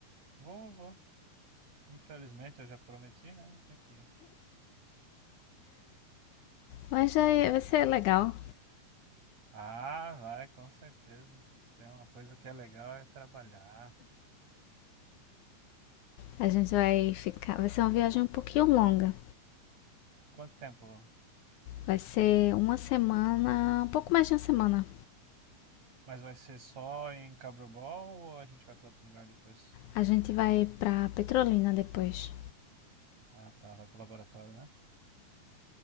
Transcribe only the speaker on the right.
Vou, vou. Infelizmente, eu já prometi, né? Eu tô aqui.
Ah, vai, com certeza. Se Tem uma coisa que é legal é trabalhar.
Quanto tempo?
Mas vai ser só em Cabrobol ou a gente vai para outro lugar depois?
Ah, tá. Vai pro laboratório, né?